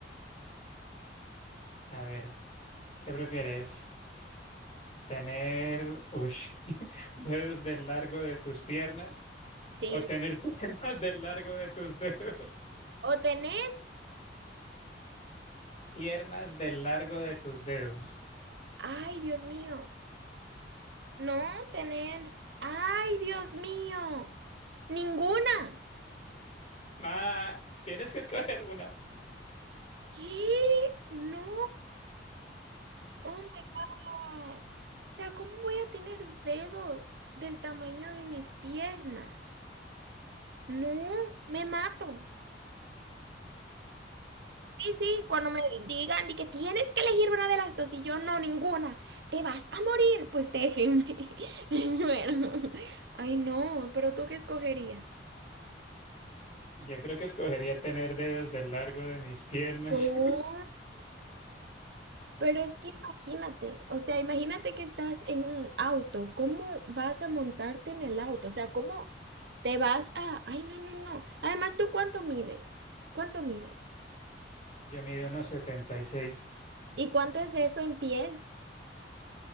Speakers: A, on the left; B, on the right.
A: A ver, ¿qué prefieres? ¿Tener ush, <laughs> dedos del largo de tus piernas
B: Sí.
A: O tener <laughs> piernas del largo de tus dedos.
B: O tener,
A: Piernas del largo de tus dedos.
B: ay, Dios mío. No, tener, ay, Dios mío. Ninguna.
A: Ah, tienes que escoger una.
B: ¿Qué? No. Oh my God. O sea, ¿cómo voy a tener dedos del tamaño de mis piernas? No, me mato. Sí, sí, cuando me digan y que tienes que elegir una de las dos y yo no, ninguna, te vas a morir, pues déjenme. <laughs> Bueno, ay no, pero tú qué escogerías?
A: Yo creo que escogería tener dedos del largo de mis piernas.
B: No,
A: <laughs>
B: pero es que imagínate, o sea, imagínate que estás en un auto, ¿cómo vas a montarte en el auto? O sea, ¿cómo te vas a... Ay, no, no, no. Además, ¿tú cuánto mides? ¿Cuánto mides?
A: Yo mido unos 76.
B: ¿Y cuánto es eso en pies?